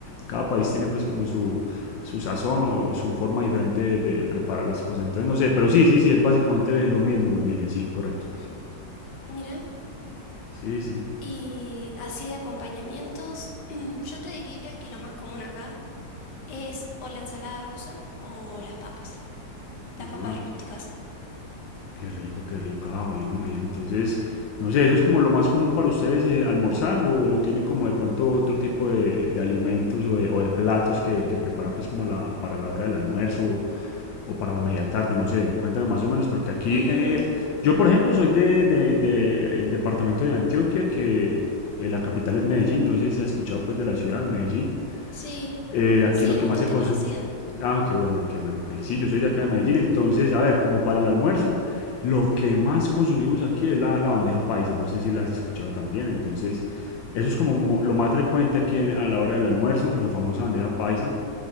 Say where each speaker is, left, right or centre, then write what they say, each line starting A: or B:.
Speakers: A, on the left; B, on the left.
A: cada país tiene pues como su, su sazón o su forma diferente de, de preparar las cosas. Entonces, no sé, pero sí, sí, sí, es básicamente lo mismo, Emilia, sí, correcto.
B: Mira.
A: Sí, sí.
B: Y así de acompañamientos, <clears throat> yo te diría que lo más común acá es o la ensalada rusa o las papas, las papas
A: Ah.
B: rústicas.
A: Qué rico, qué rico. Ah, bueno, bien. Entonces, no sé, ¿eso es como lo más común para ustedes eh, almorzar o, o tienen como de pronto otro tipo de, de alimentos o de, o de platos que, que preparan pues como la, para la hora del almuerzo o, o para la media tarde? No sé, cuéntame más o menos, porque aquí
B: Mm,
A: eh, yo, por ejemplo, soy de, de- de el departamento de Antioquia, que eh, la capital es Medellín, no sé si has escuchado pues de la ciudad, Medellín.
B: sí,
A: Eh, aquí
B: sí,
A: lo
B: es
A: que
B: bastante
A: más se consume.
B: conocida.
A: Ah, qué bueno, qué bueno, ok. Sí, yo soy de acá de Medellín, entonces, a ver, como para el almuerzo, lo que más consumimos aquí es la, la bandeja paisa, no sé si la has escuchado también, entonces, eso es como mo- lo más frecuente aquí en- a la hora del almuerzo, la famosa bandeja paisa.